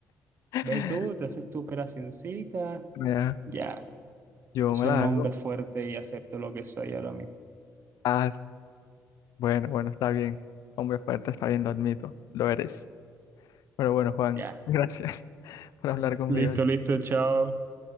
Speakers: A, on the left; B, on the right.
A: <laughs>
B: Ve tú, te haces tu operacioncita,
A: Mira,
B: ya,
A: yo
B: yo
A: me
B: soy
A: la
B: un hombre
A: hago.
B: fuerte y acepto lo que soy ahora mismo.
A: Ah, bueno, bueno, está bien. Hombre fuerte, está bien, lo admito, lo eres. Pero bueno, Juan,
B: Ya,
A: gracias <laughs> por hablar conmigo.
B: listo, listo, chao.